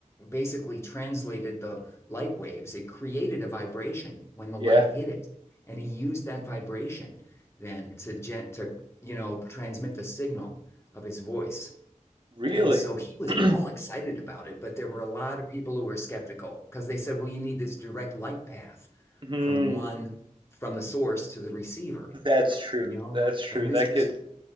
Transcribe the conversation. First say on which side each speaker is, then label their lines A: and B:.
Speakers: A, on the left; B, on the right.
A: basically translated the light waves. It created a vibration when the
B: Yeah,
A: light hit it, and he used that vibration then to gent to you know transmit the signal of his voice.
B: really.
A: And so
B: <clears throat>
A: he was all excited about it, but there were a lot of people who were skeptical because they said, well, you need this direct light path
B: Hmm.
A: from one from the source to the receiver,
B: That's true.
A: you know?
B: That's true.
A: And this
B: That
A: was
B: could.